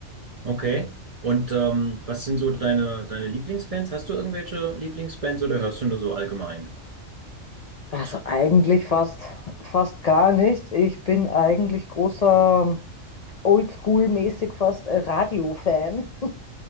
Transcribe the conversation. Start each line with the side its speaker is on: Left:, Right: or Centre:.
Right: Okay. Und ähm, was sind so deine, deine Lieblingsbands? Hast du irgendwelche Lieblingsbands oder hörst du nur so allgemein?
Left: Also eigentlich fast, fast gar nicht. Ich bin eigentlich großer Oldschool-mäßig fast äh, Radio-Fan. <laughs>